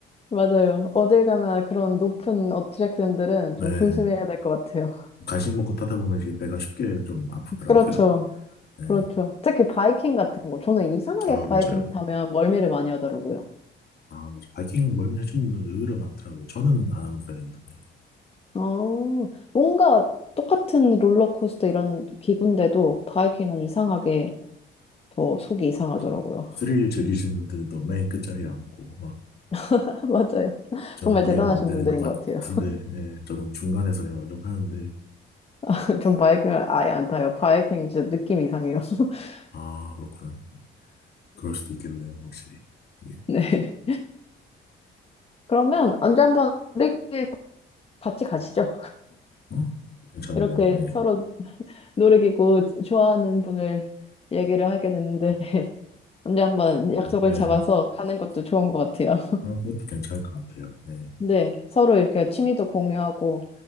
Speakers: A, on the left; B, on the left.
A: 맞아요. 어딜 가나 그런 높은 어트랙션들은
B: 네
A: 좀 조심해야 될 것 같아요.
B: 간식 먹고 타다 보면 이게 배가 쉽게 좀 아프더라고요.
A: 그렇죠.
B: 예.
A: 그렇죠. 특히 바이킹 같은 거. 저는 이상하게
B: 아
A: 바이킹
B: 맞아요.
A: 타면 멀미를 많이 하더라고요.
B: 아 맞아. 바이킹 멀미 하시는 분들 의외로 많더라고요. 저는 안 하는 편이거든요.
A: 어, 뭔가 똑같은 롤러코스터 이런 기구인데도 바이킹은 이상하게 더 속이 이상하더라고요.
B: 아 맞아요. 스릴 즐기시는 분들도 맨 끝자리에 앉고 막
A: <laughs> 맞아요.
B: 저는
A: 정말
B: 이해가
A: 대단하신
B: 안 되는
A: 분들인
B: 것 같은데
A: 것 같아요.
B: 예, 저는 중간에서 그냥 만족하는데
A: <laughs> 전 바이킹을 아예 안 타요. 바이킹 진짜 느낌 이상해요. <laughs>
B: 아, 그렇구나. 그럴 수도 있겠네요, 확실히. 이게,
A: 네. 그러면 언제 한번 놀이기구 같이 가시죠.
B: 어? 그것도 괜찮네요.
A: 이렇게
B: 네.
A: 서로 놀이기구 좋아하는 분을 얘기를 하게 됐는데 <laughs> 언제 한번
B: 저,
A: 약속을
B: 네.
A: 잡아서 가는 것도 좋은 것 같아요.
B: 아, 그것도 괜찮을 것 같아요. 네.
A: 네. 서로 이렇게 취미도 공유하고